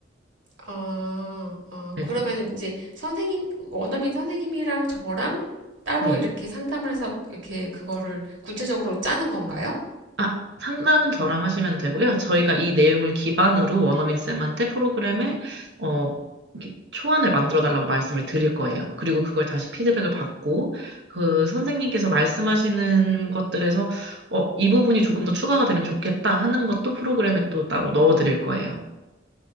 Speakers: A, on the right (about 85°); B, on the right (about 65°).
A: 아, 아,
B: 네네.
A: 그러면 이제 선생님, 원어민 선생님이랑 저랑 따로
B: 네.
A: 이렇게 상담을 해서 이렇게 그거를 구체적으로 짜는 건가요?
B: 아, 상담은 저랑 하시면 되고요. 저희가 이 내용을 기반으로 원어민 쌤한테 프로그램을 어, 이렇게 초안을 만들어 달라고 말씀을 드릴 거예요. 그리고 그걸 다시 피드백을 받고 그 선생님께서 말씀하시는 것들에서 어, 이 부분이 조금 더 추가가 되면 좋겠다 하는 것도 프로그램에 또 따로 넣어 드릴 거예요.